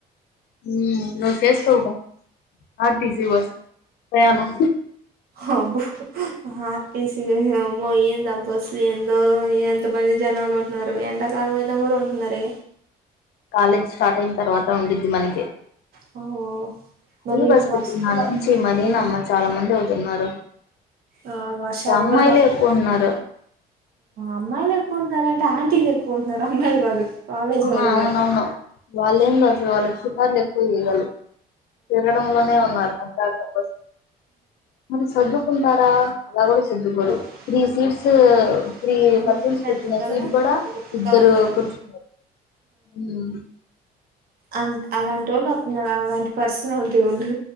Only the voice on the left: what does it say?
మ్ నువ్ చేస్తావ్ గా ర్ టి సి బస్సు ప్రయాణం
కాలేజ్ స్టార్ట్ అయిన తర్వాత ఉండిద్ది మనకి
ఫ్రీ
బస్సు
పెట్టిన
కన్నుంచి
మరినమ్మ చాలా మంది అవుతున్నారు
అసల్ అమ్మాయిలే
ఎక్కువున్నారు
ఆ అవున
వును వాళ్ళ ఏం అసలు వాళ్ళకి శికార్లు ఎక్కువ చేయలి తగడం లోనే ఉన్నారుా పద్దాక మళ్ళి సర్దుకుంటారా అలా కూడా సర్దుకోరు
three seats
Three
persons కూర్చున్నా
సీట్ కూడా
ఇద్దరు
కూర్చున్నారు మ్